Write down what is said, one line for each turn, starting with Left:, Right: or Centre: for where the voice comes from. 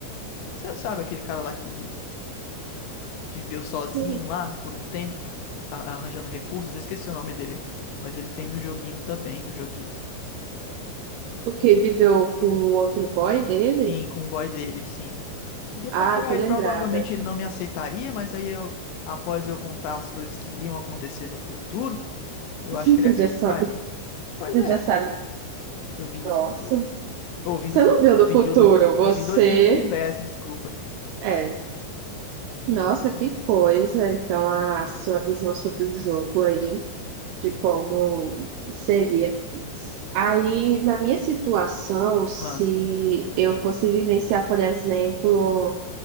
Left: Você sabe, aquele cara lá que viveu sozinho
Right: O
Left: lá por um tempo, a- arranjando recursos. Eu esqueci o nome dele, mas ele tem no joguinho também, no joguito.
Right: o que viveu com o outro boy dele?
Left: Sim, com o boy dele, sim. Iria
Right: Ah,
Left: procurar
Right: tô
Left: ele,
Right: lembrada.
Left: provavelmente ele não me aceitaria, mas aí eu, após eu contar as coisas que iriam acontecer no futuro, eu
Right: <laughs>
Left: acho que ele
Right: Tu
Left: acreditaria.
Right: já sabe.
Left: Pois
Right: Você
Left: é,
Right: já sabe,
Left: eu vim do
Right: nossa,
Left: futuro. Ou vim
Right: Você
Left: do futuro,
Right: não viu
Left: não,
Right: do
Left: vim
Right: futuro,
Left: de outro,
Right: você
Left: eu vim do outro universo, desculpa.
Right: é. Nossa,
Left: De outro universo.
Right: que coisa. Então, a sua visão sobre o jogo aí. de como seria. Aí, na minha situação, se
Left: Ah,
Right: eu fosse vivenciar, por exemplo,